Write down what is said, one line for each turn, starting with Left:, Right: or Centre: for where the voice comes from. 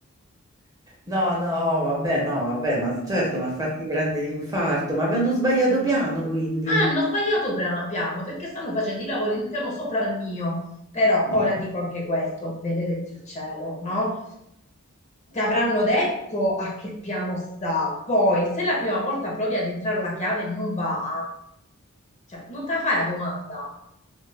Right: No, no, vabbè, no, vabbè, ma certo, ma farti prendere l'infarto, ma avevano sbagliato piano, quindi.
Left: Ah, hanno sbagliato pra- piano perché stanno facendo i lavori del piano sopra il mio. Però
Right: No.
Left: ora dico anche questo, benedetti il cielo, no? Ti avranno detto a che piano sta. Poi, se la prima volta provi ad entrare la chiave e non va, cioè, non te la fai la domanda.